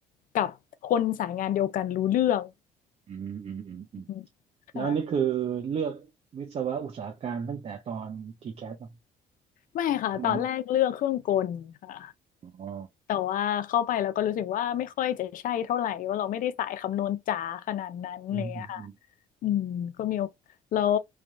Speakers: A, on the left (about 55°); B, on the right (about 40°).
A: กับคนสายงานเดียวกันรู้เรื่อง
B: อืมอืมอืมอืม
A: อืมค่ะ
B: แล้วนี่คือเลือกวิศวะอุตสาหการตั้งแต่ตอนทีแคสต้อ
A: ไม่ค่ะตอนแรกเลือกเครื่องกลค่ะ
B: งมาเลือกอ๋อ
A: แต่ว่าเข้าไปแล้วก็รู้สึกว่าไม่ค่อยจะใช่เท่าไหร่ว่าเราไม่ได้สายคำนวณจ๋าขนาดนั้นอะไรเลยค่ะ
B: อืมอืมอืม
A: อืมก็มีโอแล้ว